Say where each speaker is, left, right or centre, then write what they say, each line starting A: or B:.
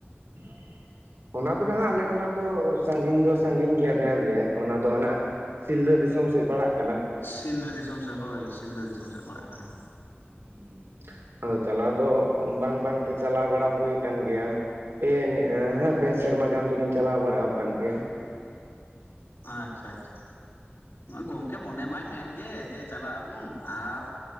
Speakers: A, on the right; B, on the left.
A: <inaudible> ᱚᱱᱟ ᱫᱚ ᱱᱟᱜ ᱟᱞᱮ ᱠᱷᱚᱱᱟᱜ ᱫᱚ ᱥᱟᱸᱜᱤᱧ ᱫᱚ ᱥᱟᱸᱜᱤᱧ ᱜᱮᱭᱟ ᱰᱷᱹᱮᱨ ᱜᱮ ᱚᱱᱟ ᱫᱚ ᱦᱟᱱᱟ ᱥᱤᱞᱫᱟᱹ ᱫᱤᱥᱚᱢ ᱥᱮᱫ ᱯᱟᱲᱟᱜ ᱠᱟᱱᱟ
B: ᱥᱤᱞᱫᱟᱹ ᱫᱤᱥᱚᱢ ᱥᱮᱜ ᱦᱳᱭ ᱥᱤᱞᱫᱟᱹ ᱫᱤᱥᱚᱢ ᱥᱮᱫ ᱯᱟᱲᱟᱜ ᱠᱟᱱᱟ
A: ᱦᱩᱸᱻ ᱟᱫᱚ ᱪᱟᱞᱟᱣ ᱫᱚ ᱵᱟᱝ ᱵᱟᱝᱛᱮ ᱪᱟᱞᱟᱣ ᱵᱟᱲᱟ ᱦᱩᱭ ᱠᱟᱱ ᱜᱮᱭᱟ ᱯᱮᱱ ᱦᱮᱸ ᱯᱮ ᱥᱮᱨᱢᱟ ᱜᱟᱱ ᱫᱚᱞᱤᱧ ᱪᱟᱞᱟᱣ ᱵᱟᱲᱟᱣ ᱠᱟᱱ ᱜᱮᱭᱟ
B: ᱟᱪᱪᱷᱟ ᱟᱪᱪᱷᱟ ᱜᱚᱝᱠᱮ ᱢᱚᱱᱮ ᱢᱟᱭ ᱢᱮᱱᱜᱮ ᱡᱮ ᱪᱟᱞᱟᱜ ᱟᱵᱚᱱ ᱟᱨ